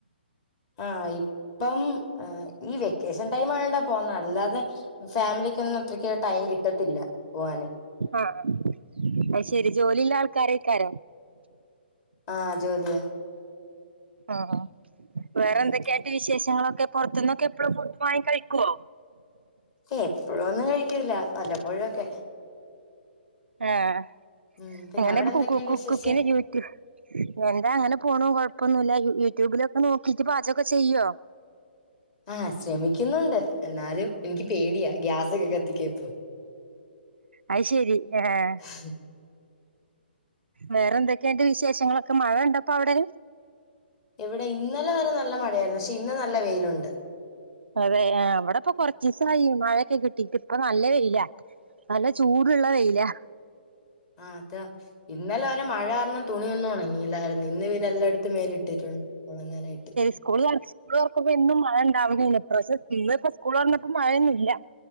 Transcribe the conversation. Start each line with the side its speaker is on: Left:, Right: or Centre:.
Left: ആഹ് ഇപ്പം ഈ വെക്കേഷൻ ടൈം ആയോണ്ട പോന്നേ അല്ലാതെ ഫാമിലിക്കൊന്നും അത്രക്ക് ടൈം കിട്ടത്തില്ല പോവാന്
Right: ആഹ് അയ്
Left: ഉം
Right: ശരി ജോലിയുള്ള ആൾക്കാരേക്കാരം.
Left: ആഹ് ജോലിയാ.
Right: ആഹ് വേറെ
Left: ഉം
Right: എന്തൊക്കെയാന്റെ വിശേഷങ്ങളൊക്കെ പുറത്തുന്നൊക്കെ എപ്പഴും ഫുഡ് വാങ്ങി കഴിക്ക്യോ?
Left: ഏ എപ്പോഴൊന്നും കഴിക്കൂല വല്ലപ്പോഴൊക്കെ.
Right: ആഹ്
Left: ഉം പിന്നെ
Right: എങ്ങനെ
Left: അവിടെ
Right: ഇപ്പൊ
Left: എന്തൊക്കെയുണ്ട്
Right: കുക്കു കു
Left: വിശേഷം
Right: കു കൊക്കെ ജീവി എന്താ അങ്ങനെ പോണു കൊഴപ്പൊന്നുല്ല യൂട്യൂബിലൊക്കെ നോക്കിട്ട് പാചകൊക്കെ ചെയ്യുവോ?
Left: ആഹ് ശ്രമിക്കുന്നുണ്ട് എന്നാലും എനിക്ക് പേടിയാ ഗ്യാസൊക്കെ കത്തിക്കാപ്പം
Right: അയ് ശരി ആഹ്
Left: ഉം
Right: വേറെ എന്തൊക്കെയന്റെ വിശേഷങ്ങളൊക്കെ മഴണ്ടപ്പ അവിടെ?
Left: ഇവിടെ ഇന്നലെ വരെ നല്ല മഴയായിരുന്നു പക്ഷെ ഇന്ന് നല്ല വെയിലുണ്ട്.
Right: അതെ അവിടെപ്പൊ കൊറച്ച് ദിവസമായി മഴയൊക്കെ കിട്ടീട്ട് ഇപ്പ നല്ല വെയില നല്ല ചൂടുള്ള വെയിലാ-
Left: ആഹ് അത ഇന്നലെ വരെ മഴ കാരണം തുണിയൊന്നും ഉണങ്ങിയില്ലായിരുന്നു ഇന്ന് പിന്നെല്ലാം എ ത്ത് മേല ഇട്ടിട്ടുണ്ട് ഒണങ്ങാനായിട്ട്
Right: സ്കൂളി <unintelligible> സ്കൂളേറകമ്പം എന്നും മഴ ഇണ്ടാവുകക്ഷെ ഇന്ന ഇപ്പോ സ്കൂൾ പറഞ്ഞപ്പോ മഴയന്നും ഇല്ല.